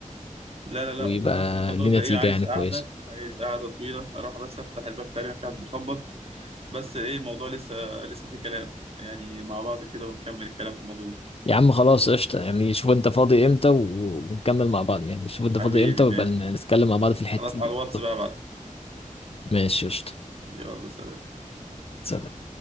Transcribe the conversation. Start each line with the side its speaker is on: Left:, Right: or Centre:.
Right: لا لا لا
Left: ويبقى
Right: ده بص الموضوع
Left: ليه
Right: ده ايه
Left: نتيجه
Right: عايز
Left: يعني
Right: قعدة
Left: كويسه
Right: عايز قعدة طويلة اروح بس افتح الباب تقريبا في حد بيخبط بس ايه الموضوع لسه لسه في كلام يعني مع بعض كده ونكمل الكلام في الموضوع ده
Left: يا عم خلاص قشطه يعني شوف انت فاضي امتى و- ونكمل مع بعض يعني شوف انت
Right: حبيبي
Left: فاضي امتى ويبقى
Right: ماشي
Left: ن- نتكلم مع بعض في الحته
Right: خلاص على
Left: دي
Right: الواتس
Left: طب
Right: بقى ابعتلي
Left: ماشي قشطه
Right: يلا سلام
Left: سلام